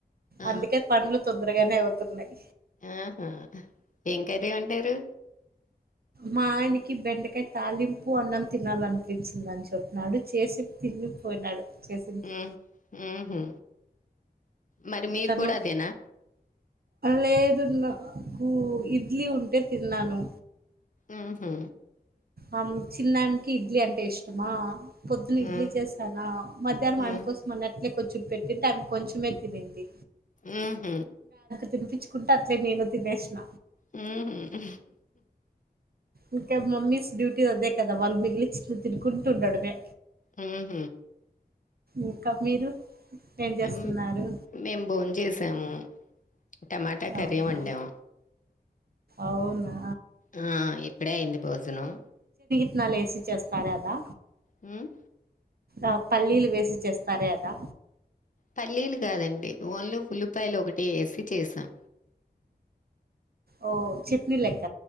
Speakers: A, on the left; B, on the right.
A: ఆ
B: అందుకే పన్లు తొందరగానే అవుతున్నాయి
A: ఆహా ఏం కర్రీ వండారు
B: మా ఆయనకి బెండకాయ తాలింపు అన్నం తినాలనిపించిందిని చెప్పన్నాడు చేసి తిన్ పోయినాడు చేసింటే
A: హూ హమ్ మరి మీరు
B: తను
A: కూడా అదేనా
B: లేదు నాకూ ఇడ్లీ ఉంటే తిన్నాను
A: ఉహూ
B: ఆ చిన్నఆయనకి ఇడ్లీ అంటే ఇష్టమా పొద్దున ఇడ్లీ
A: ఉమ్
B: చేస్తానా మధ్యాహ్నం
A: ఉమ్
B: ఆమె కోసం అ అట్లే కొంచం పెట్టి ఆమె కొంచెమే తినింది
A: ఆ హ
B: తినిపించుకుం అట్లే నేను తినేసిన
A: హ హమ్
B: ఇంక మమ్మీస్ డ్యూటీ అదే కదా వాళ్ళు మిగిలిచి తినుకుంటు ఉండడమే
A: ఊహ
B: ఇంకా మీరు ఏం చేస్తున్నారు
A: ఆ మేము భోన్ చేసాము టమాటా కర్రి
B: అవునా
A: వండం
B: అవునా
A: ఆ ఇప్పుడే అయంది భోజనం
B: పుట్నాల్ ఏసి చేస్తారు అదా
A: ఉం
B: ఆ పల్లీలు వేసి చేస్తారే అదా
A: పల్లీలు కాదండి ఓన్లీ ఉల్లిపాయలు ఒకటే వేసి చేసాం
B: ఓ చట్నీల లెక్క